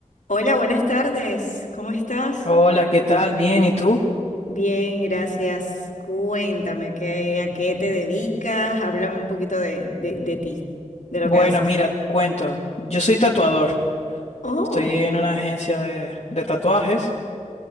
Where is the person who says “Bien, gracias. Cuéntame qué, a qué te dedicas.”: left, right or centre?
Left